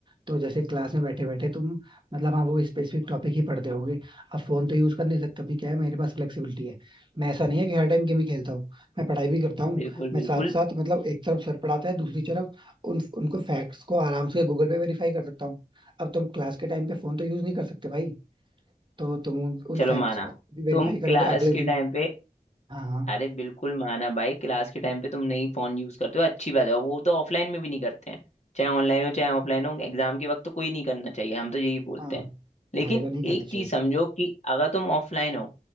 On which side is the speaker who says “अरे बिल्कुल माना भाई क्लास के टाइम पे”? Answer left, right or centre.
Left